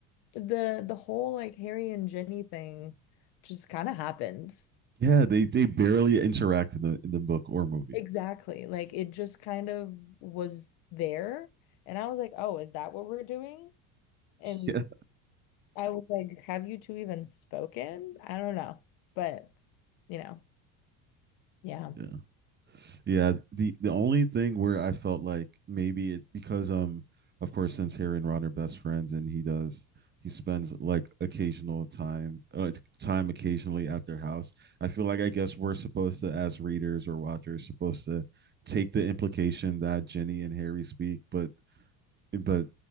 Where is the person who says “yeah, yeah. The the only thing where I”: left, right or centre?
Right